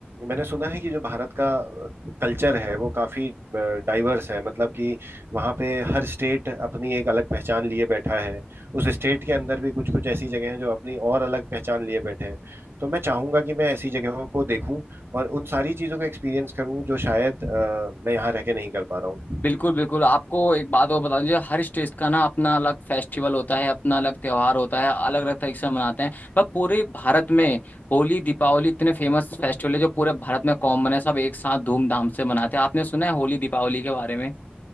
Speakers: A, on the right; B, on the left.
A: मैंने सुना है कि जो भारत का कल्चर है वो काफी डाइवर्स है मतलब कि वहाँ पे हर स्टेट अपनी एक अलग पहचान लिए बैठा है उस स्टेट के अंदर भी कुछ कुछ ऐसी जगह हैं जो अपनी और अलग पहचान लिए बैठे हैं तो मैं चाहूंगा कि मैं ऐसी जगहों को देखूं और उन सारी चीजों का एक्सपीरियंस करूं जो शायद अ, मैं यहाँ रह के नहीं कर पा रहा हूँ
B: बिल्कुल बिल्कुल आपको एक बात और बता दीजिए हर स्टेट का ना अपना अलग फेस्टिवल होता है अपना अलग त्योहार होता है अलग अलग तरीके से मनाते हैं पर पूरे भारत में होली दीपावली इतने फेमस फेस्टिवल है जो पूरे भारत में कॉमन है सब एक साथ धूमधाम से मनाते हैं आपने सुना है होली दीपावली के बारे में